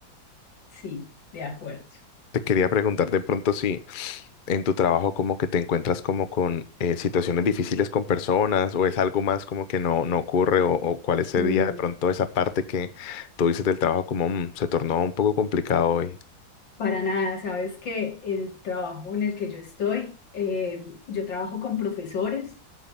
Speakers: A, on the left (about 70°); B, on the left (about 45°).
A: sí, de acuerdo.
B: Te quería preguntar de pronto si en tu trabajo como que te encuentras como con eh, situaciones difíciles con personas o es algo más como que no, no ocurre o, o cuál es ese
A: Mm.
B: día de pronto esa parte que tú dices del trabajo como "Mm, se tornó un poco complicado hoy.
A: Para nada, sabes que el trabajo en el que yo estoy, eh, yo trabajo con profesores,